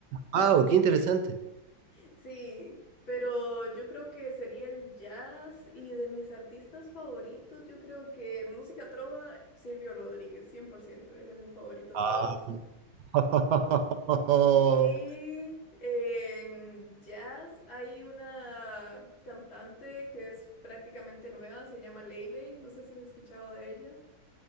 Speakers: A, on the right; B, on the left.
A: Wow, qué interesante.
B: <laughs> sí, pero yo creo que sería el jazz y de mis artistas favoritos, yo creo que música trova, Silvio Rodríguez, 100% él es mi favorito de
A: Ah.
B: todos.
A: <laughs>
B: Y en jazz hay una cantante que es prácticamente nueva, se llama Leibey, no sé si has escuchado de ella.